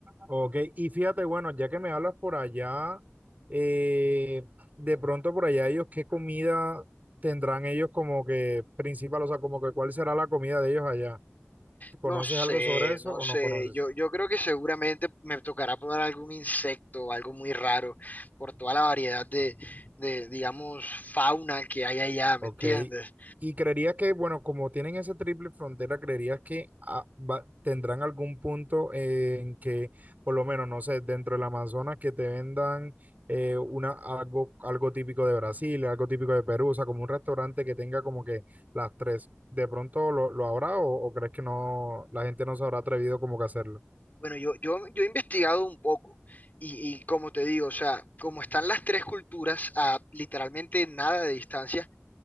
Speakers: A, on the right; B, on the left.
A: Ok, y fíjate, bueno, ya que me hablas por allá, eh, de pronto por allá ellos, ¿qué comida tendrán ellos como que principal? O sea, como que cuál será la comida de ellos allá. ¿Conoces
B: No sé,
A: algo sobre eso
B: no
A: o
B: sé.
A: no conoces?
B: Yo, yo creo que seguramente me tocará probar algún insecto o algo muy raro por toda la variedad de, de, digamos, fauna que hay allá, ¿me
A: Ok.
B: entiendes?
A: Y creerías que, bueno, como tienen esa triple frontera, creerías que ah, va- tendrán algún punto eh, en que, por lo menos, no sé, dentro del Amazonas, que te vendan eh, una, algo, algo típico de Brasil, algo típico de Perú, o sea, como un restaurante que tenga como que las tres. ¿De pronto lo, lo habrá o, o crees que no, la gente no se habrá atrevido como que a hacerlo?
B: Bueno, yo, yo, yo he investigado un poco. Y, y como te digo, o sea, como están las tres culturas a literalmente nada de distancia,